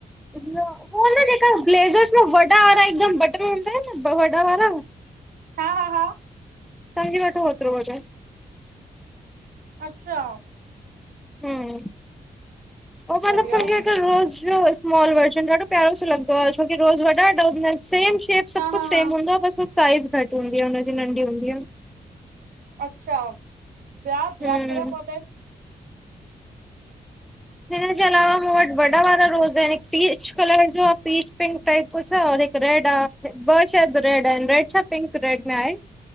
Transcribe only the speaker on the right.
हा हा हा
अच्छा
सही आ,
हा
हा
हा
अच्छा, ॿया, ॿया
केड़ा पाैधा एन?